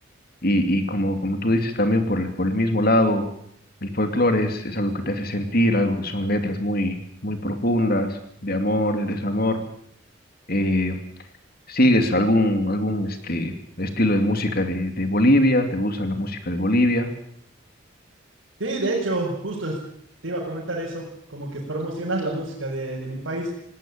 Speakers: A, on the left; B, on the right.
A: y, y como, como tú dices también por el, por el mismo lado, el folclore es, es algo que te hace sentir, algo, son letras muy, muy profundas de amor, de desamor. Eh, ¿sigues algún, algún este, estilo de música de, de Bolivia? ¿Te gusta la música de Bolivia?
B: Sí, de hecho, justo es- te iba a comentar eso, como que promocionar la música de, de mi país.